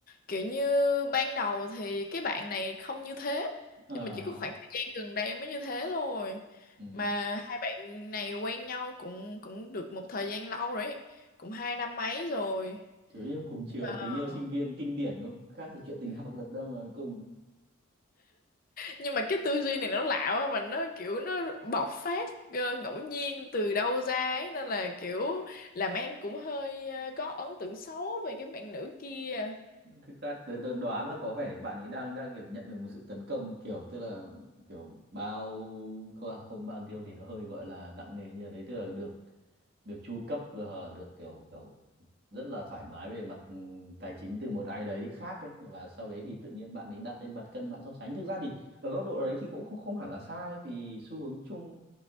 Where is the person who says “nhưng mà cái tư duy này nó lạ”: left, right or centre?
Left